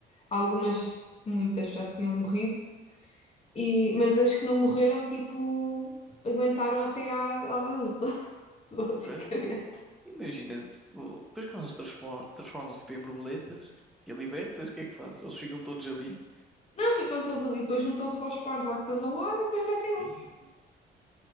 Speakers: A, on the left; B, in the centre.
A: Algumas, muitas já tinham morrido. E, mas as que não morreram, tipo, aguentaram até à, à adulta, <laughs> basicamente.
B: pois, imagina, tipo, depois quando eles transformam, transformam-se tipo, em borboletas tipo, e libertas, o que é que fazes? Eles ficam todos ali.
A: Não, ficam todos ali, depois juntam-se aos pares a acasalar e depois metem um.
B: Ei.